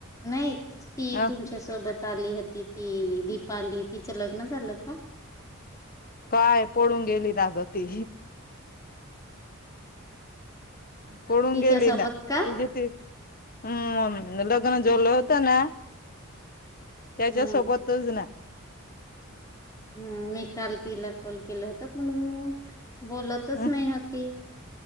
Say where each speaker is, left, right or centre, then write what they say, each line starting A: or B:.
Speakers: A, on the left; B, on the left.
A: नाही ती
B: अ
A: तुमच्या सोबत आली होती ति ती दिीपाली तिचं लग्न झालं का
B: काय पळून गेली ना गती पळून
A: तिच्यासोबत
B: गेली ना
A: का
B: ज हम् ल न जल होत ना त्याच्या
A: हम्म
B: सोबतच ना
A: हम मी काल तिला कॉल केला होता पण म बोलतच
B: अ
A: नाही होती